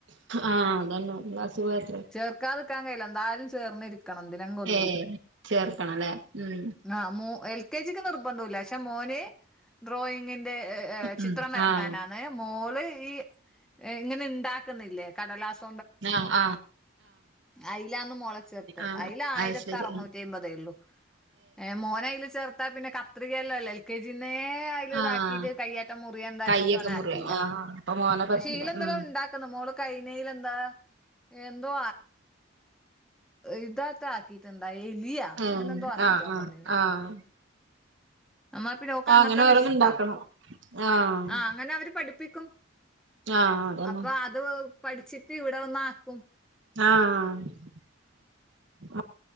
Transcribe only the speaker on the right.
ആഹ് അതന്നെ ഒന്നാം ക്ലാസ് പോയത്രേ
ഏ ചേർക്കണല്ലേ ഉം
ഉം
ആഹ്
ആഹ ആഹ,
ആഹ്
അത് ശരി
ആഹ്
ആഹ്
കയ്യൊക്കെ
മുറിയോ
ആഹ് അപ്പൊ മോനെ പറ്റില്ല
ഉം
ഉം
ആഹ് ആഹ് ആഹ്
ആഹ്
അങ്ങനെ ഓരോന്ന് ഇണ്ടാക്കണം ആഹ്
ആഹ് അതന്നെ
ആഹ